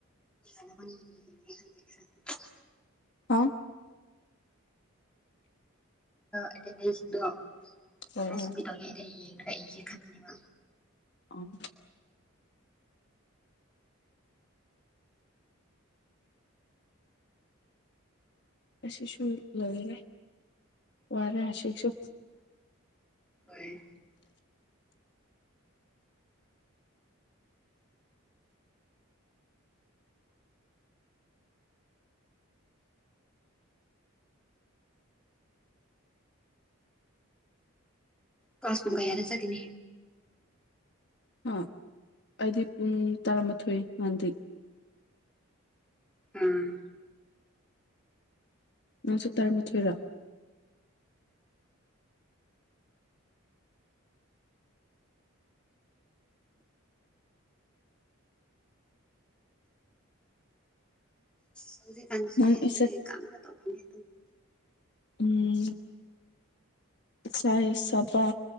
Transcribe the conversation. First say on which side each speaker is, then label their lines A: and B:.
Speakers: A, in the centre; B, on the left.
A: ꯅ <unintelligible>
B: ꯑ
A: ꯑꯦꯇꯦꯟꯗꯦꯟꯁ ꯁꯤꯡꯗꯣ
B: ꯍꯣꯏ
A: ꯈꯔ
B: ꯍꯣꯏ
A: ꯁꯃꯤ ꯇꯧꯒꯦ ꯍꯩ ꯌꯦꯡꯔ ꯏꯒꯦ ꯈꯟꯕꯅꯦꯕ
B: ꯑꯣ ꯑꯁꯤꯁꯁꯨꯨ ꯂꯣꯏꯔꯦ ꯋꯥꯔꯦ ꯍꯥꯁꯤꯛꯁꯨ
A: ꯑꯩ ꯀꯥꯁ ꯄꯨꯡ ꯀꯌꯥꯗ ꯆꯠꯀꯅꯤ
B: ꯑ ꯑꯩꯗꯤ ꯄꯨꯡ ꯇꯔꯥꯃꯥꯊꯣꯏ ꯉꯥꯟꯗꯤ
A: ꯎꯝ
B: ꯅꯪꯁꯨ ꯇꯥꯔꯝꯃꯊꯣꯏꯔ
A: ꯁꯪꯁꯤ ꯀꯥꯟꯖꯦ
B: ꯅꯪ ꯑꯦꯛꯁꯠ
A: ꯀꯥꯟ ꯇ ꯇꯧꯍꯟꯒꯦ
B: ꯎꯝ ꯁꯍꯤ ꯁꯕꯥ